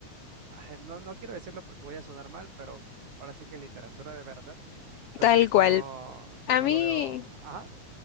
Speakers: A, on the right; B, on the left.
A: ah, no, no quiero decirlo porque voy a sonar mal, pero ahora sí que literatura de verdad. Entonces
B: Tal
A: no,
B: cual.
A: pues
B: A
A: no
B: mí,
A: lo veo. Ajá,